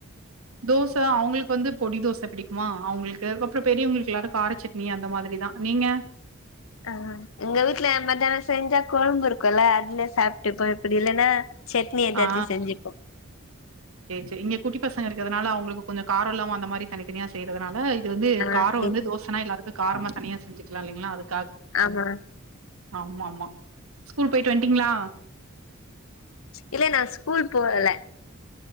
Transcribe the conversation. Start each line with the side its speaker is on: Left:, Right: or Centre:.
Right: தோச அவங்களுக்கு வந்து பொடி தோச பிடிக்குமா அவங்களுக்கு அப்றோ பெரியவங்களுக்கு எல்லாரு கார சட்னி அந்த மாதிரிதா. நீங்க?
Left: ஆ எங்க வீட்ல மத்யான செஞ்ச கொழம்பு இருக்குல்ல அதுலயே சாப்ட்டுப்ப அப்பிடி இல்லன்னா சட்னி ஏதாச்சு
Right: ஆ
Left: செஞ்சுப்போ.
Right: ரி இங்க குட்டி பசங்க இருக்கிறதுனால அவங்களுக்கு கொஞ்ச காரோ இல்லாம அந்த மாரி தனித்தனியா செய்யறதனால இது வந்து
Left: ஆ
Right: காரோ
Left: செரி
Right: வந்து தோசன்னா எல்லாரு காரமா தனியா செஞ்சுக்கலா இல்லைங்களா அது
Left: ஆமா
Right: ஆமா ஆமா. ஸ்கூல் போயிட்டு வன்ட்டீங்களா?
Left: இல்ல நா ஸ்கூல் போகல.